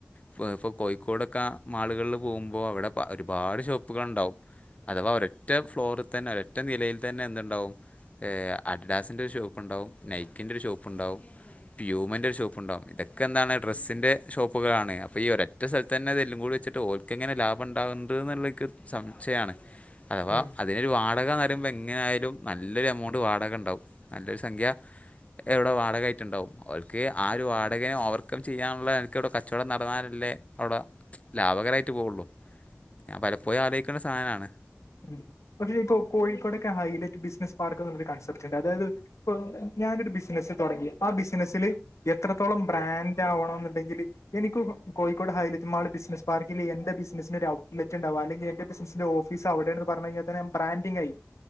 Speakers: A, on the left (about 25°); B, on the left (about 80°).
A: ഇപ്പോ പ്പോ കോഴിക്കോടൊക്കെ മാളുകളിൽ പോകുമ്പോ അവിടെ ഒരുപാട് ഷോപ്പുകളുണ്ടാവും അഥവാ ഒരൊറ്റ ഫ്ലോറിൽ തന്നെ ഒരൊറ്റ നിലയിൽ തന്നെ എന്തുണ്ടാവും ഏഹ് അടിടാസ്ന്റെ ഒരു ഷോപ്പുണ്ടാവും നൈക്കിൻ്റെ ഒരു ഷോപ്പുണ്ടാവും. പ്യൂമെൻ്റെ ഒരു ഷോപ്പുണ്ടാവും ഇതൊക്കെന്താണ് ഡ്രസ്സിൻന്റെ ഷോപ്പുകളാണ് അപ്പോ ഈ ഒരൊറ്റ സ്ഥലത്ത് തന്നെ ഇതെല്ലും കൂടി വച്ചിട്ട് ഓ ക്ക് എങ്ങനെ ലാഭം ഉണ്ടാ <unintelligible> സംചയാണ്
B: <inaudible>
A: അഥവാ
B: ഉം
A: അതിനൊരു വാടകന്നറിയുമ്പോ എങ്ങനൊയാലും നല്ലൊരു എമൗണ്ട് വാടക ണ്ടാവും നല്ലൊരു സംഖ്യ എവിടെ വാടകമായിട്ട് ണ്ടാവും ഓൾക്ക് ആ ഒരു വാടകേ ഓവർക്കം ചെയ്യാനുള്ള എനക്ക് ഇവിടെ കച്ചവടം നടന്നാലല്ലേ അവിടെ ലാഭകരായിട്ട് പോവുള്ളൂ. ഞാൻ പലപ്പോഴും ആലോചിക്ണ സാനാണ്.
B: ഉം പക്ഷെ ഈ കോഴിക്കോടൊക്കെ ഹൈലൈറ്റ് ബിസിനസ് പാർക്ക് എന്നുള്ളൊരു കൺസെപ്റ്റ്ണ്ട് അതായത്. ഇപ്പ ഞാനൊരു ബിസിനസ്സ് തുടങ്ങി ആ ബിസിനസ്സില് എത്രത്തോളം ബ്രാൻഡ് ആവണം എന്നുണ്ടെങ്കില് എനിക്ക് കോഴിക്കോട് ഹൈലറ്റ് മാള് ബിസിനസ് പാർക്കിൽ എന്റെ ബിസി സിന് ഒരു ഔട്ട്ലറ്റ് ഉണ്ടാവും അല്ലെങ്കി എന്റെ ബിസിനസിന്റെ ഓഫിസ് അവിടെയന്ന് പറഞ്ഞ് കഴിഞ്ഞാൽ തന്നെ ബ്രാഡിങ് ആയി.